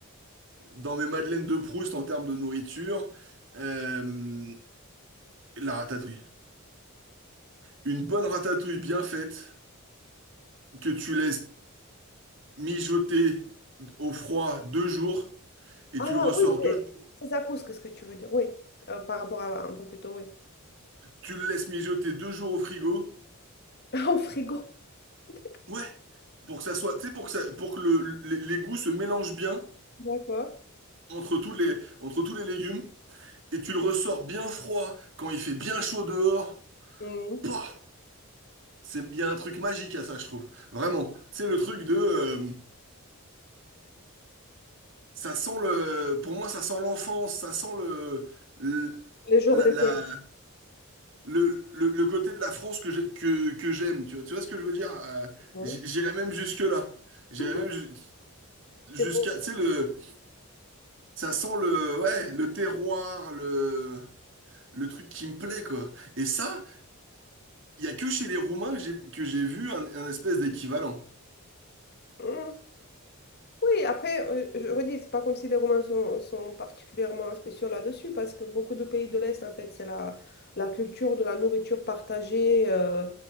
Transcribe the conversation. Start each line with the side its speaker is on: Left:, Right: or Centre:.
Right: dans mes madeleines de Proust en termes de nourriture, euh, la ratatouille. Une bonne ratatouille bien faite, que tu laisses mijoter au froid deux jours, et
Left: Ah
Right: tu le ressors
Left: oui, c'est
Right: deux jours,
Left: c'est zakouska ce que tu veux dire, oui. Euh, par rapport à un peu plus tôt, oui. <laughs>
Right: tu le laisses mijoter deux jours au frigo.
Left: Ah, Au frigo. <laughs>
Right: Ouais, pour que ça soit, tu sais, pour que ça, pour que le- le- les goûts se mélangent bien
Left: D'accord.
Right: entre tous les, entre tous les légumes, et tu le ressors bien froid quand il fait bien chaud dehors.
Left: Mhm.
Right: Pouah C'est, il y a un truc magique à ça, je trouve. Vraiment. Tu sais, le truc de, euh, ça sent le, pour moi, ça sent l'enfance, ça sent le, le,
Left: Les jours
Right: la,
Left: d'été.
Right: la- le, le- le côté de la France que j'ai- que, que j'aime. Tu vois, tu vois ce que je veux dire? Euh,
Left: Mhm.
Right: j- j'irais même jusque-là. J'irais
Left: <laughs>
Right: même ju- jusqu'à,
Left: C'est beau.
Right: tu sais, le, ça sent le, ouais, le terroir, le, le truc qui me plaît, quoi. Et ça, Il y a que chez les Roumains que j'ai que j'ai vu un, un espèce d'équivalent.
Left: hein. Hmm. Oui, après, euh, je redis, c'est pas comme si les Romains sont, sont particulièrement spéciaux là-dessus, parce que beaucoup de pays de l'Est, en fait, c'est la, la culture de la nourriture partagée. euh,